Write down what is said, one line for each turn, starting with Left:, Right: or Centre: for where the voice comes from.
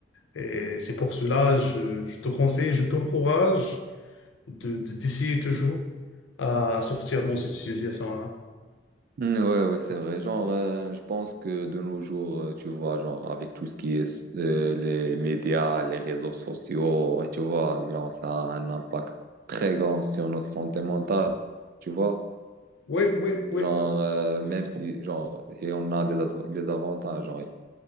Left: Et c'est pour cela, je, je te conseille, je t'encourage de, de- d'essayer toujours à sortir de cette situation-là.
Right: Mm, Ouais, ouais, c'est vrai. Genre, euh, je pense que de nos jours, euh, tu vois, genre, avec tout ce qui est euh, les médias, les réseaux sociaux, et tu vois, genre, ça a un impact très grand sur notre santé mentale, tu vois.
Left: Oui, oui, oui.
Right: Genre, euh, même si, genre, et on a des, adv- des avantages, genre,